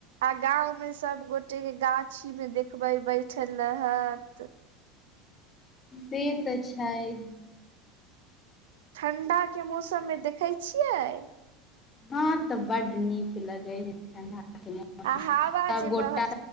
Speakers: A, on the right (about 70°); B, on the left (about 30°).
A: आ गांवमे सब गोटेके गाछी मे देखबे बैठल रहत।
B: से तऽ छैय।
A: ठण्डाके मौसममे देखै छियै।
B: हँ तऽ बड नीक लगै ह ठणडाके मौसममे
A: आ हवा
B: सब
A: जे
B: गोटा
A: बहत